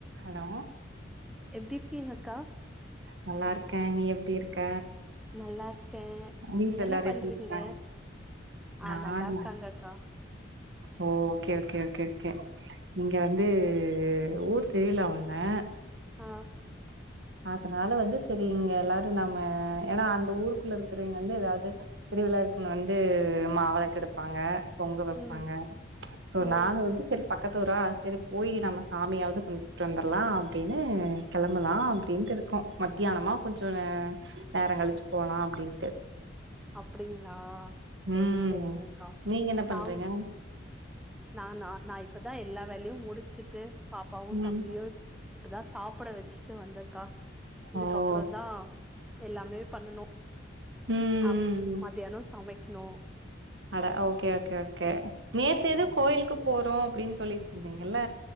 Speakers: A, on the right; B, in the centre.
A: Hello
B: எப்டிருக்கீங்க அக்கா
A: நல்லா இருக்கே நீ எப்டி இருக்க
B: நல்லா இருக்க
A: வீட்ல எல்லாரு
B: என்ன பண்றீங்க
A: எப்டி இருக்காங்க
B: ஆ
A: நான்
B: நல்லாருக்காங்க அக்கா
A: ஓ ஓகே ஓகே ஓகே ஓகே இங்க வந்து ஊர் திருவிழா ஒண்ணு
B: அ
A: அதனால வந்து செரி இங்க எல்லாரு நம்ம ஏன்னா அந்த ஊருக்குள்ள இருக்கறவைங்க வந்து ஏதாவ்து திருவிழாக்குன்னு வந்து மாவெளக்கெடுப்பாங்க பொங்க வப்பாங்க
B: ம்
A: சோ
B: ம்
A: நாங்க வந்து செரி பக்கத்தூரா செரி போய் நம்ம சாமியாவ்து கும்ட்டு வந்துர்லா அப்டின்னு கெளம்பலா அப்டின்ட்டு இருக்கோ மத்தியானமா கொஞ்சோ நே நேரோ கழிச்சு போலா அப்டின்
B: அப்டிங்களா செரி
A: ம்
B: செரிங்கக்கா
A: நீங்க என்ன பண்றீங்க
B: நாங் நானா நா இப்பதா எல்லா வேலயு முடிச்சுட்டு பாப்பாவு தம்பியு
A: ம்
B: இப்பதா சாப்ட வச்சுட்டு வந்தக்கா இதுக்கப்றோ
A: ஓ
B: தா எல்லாமே பண்ணணு
A: ம்,
B: அ
A: ம்.
B: மத்தியானோ சமைக்கணு
A: அட ஓகே ஓகே ஓகே நேத்து ஏதோ
B: அ
A: கோயிலுக்கு போறோ அப்டின்னு சொல்லிட்ருந்திங்கல்ல